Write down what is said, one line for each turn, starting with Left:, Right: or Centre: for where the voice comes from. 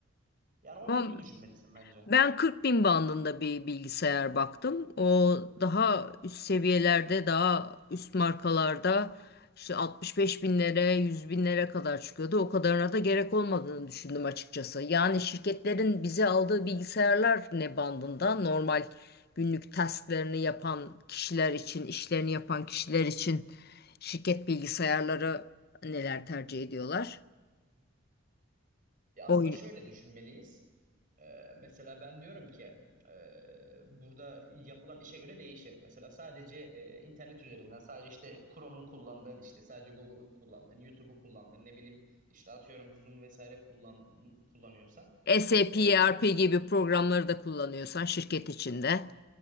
Right: Yani onun
Left: Ama
Right: gibi düşünmelisin bence.
Left: Ben 40 bin bandında bir bilgisayar baktım. O daha üst seviyelerde, daha üst markalarda işte 65 binlere, 100 binlere kadar çıkıyordu. O kadarına da gerek olmadığını düşündüm açıkçası. Yani şirketlerin bize aldığı bilgisayarlar ne bandında? Normal günlük tasklarını yapan kişiler için, işlerini yapan kişiler için şirket bilgisayarları neler tercih ediyorlar?
Right: Ya aslında
Left: Oyun.
Right: şöyle düşünmeliyiz. Ee, mesela ben diyorum ki e, burada yapılan işe göre değişir. Mesela sadece e, internet üzerinden sadece işte Chrome'un kullandığın işte sadece Google'ın kullandığın YouTube'u kullandığın ne bileyim işte atıyorum Zoom vesaire kullan kullanıyorsan
Left: SAP,
Right: e,
Left: ERP
Right: her
Left: gibi programları da kullanıyorsan şirket içinde.